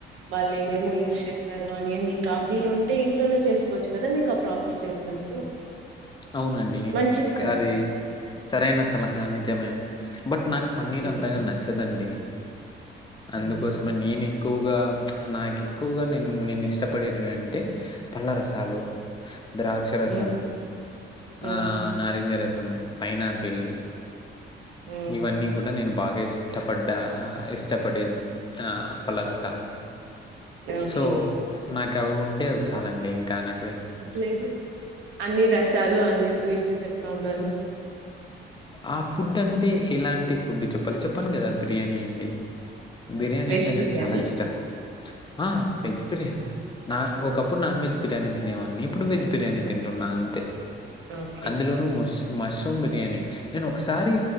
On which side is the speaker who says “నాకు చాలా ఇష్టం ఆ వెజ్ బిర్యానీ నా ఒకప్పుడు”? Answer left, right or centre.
Left